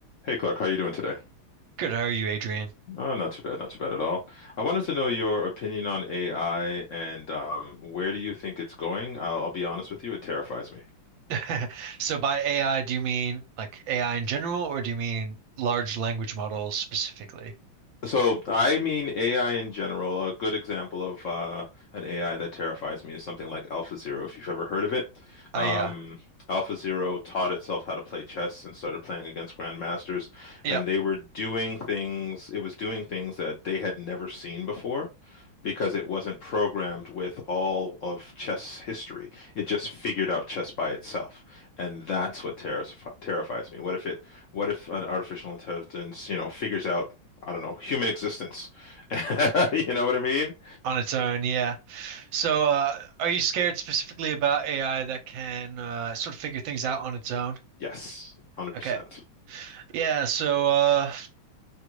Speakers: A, on the left (about 60°); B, on the right (about 75°).
A: Hey Clark, how are you doing today?
B: Good, how are you, Adrian?
A: Oh, not too bad, not too bad at all. I wanted to know your opinion on AI and um, where do you think it's going? I'll, I'll be honest with you, it terrifies me.
B: <laughs> So by AI, do you mean like AI in general, or do you mean large language models specifically?
A: So I mean AI in general. A good example of uh, an AI that terrifies me is something like AlphaZero, if you've ever heard of it.
B: Oh
A: Um,
B: yeah.
A: AlphaZero taught itself how to play chess and started playing against grandmasters,
B: Yep.
A: and they were doing things. It was doing things that they had never seen before. Because it wasn't programmed with all of chess history. It just figured out chess by itself. And that's what terris terrifies me. What if it, what if an artificial intelligence, you know, figures out I don't know, human existence. <laughs> You know what I mean?
B: On its own, yeah. So uh, are you scared specifically about AI that can uh, sort of figure things out on its own?
A: Yes, 100%.
B: Okay. Yeah, so uh,